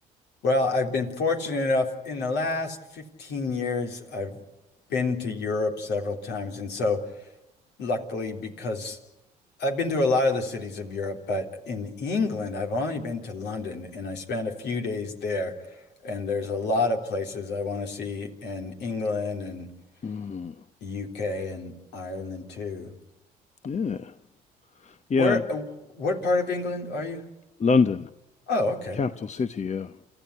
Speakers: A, on the left; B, on the left.
A: Well, I've been fortunate enough in the last 15 years I've been to Europe several times, and so luckily because I've been to a lot of the cities of Europe, but in England, I've only been to London and I spent a few days there. And there's a lot of places I want to see in England and
B: Mm,
A: the UK and Ireland too.
B: yeah, yeah.
A: Where, uh, what part of England are you?
B: London,
A: Oh, okay.
B: capital city. Yeah.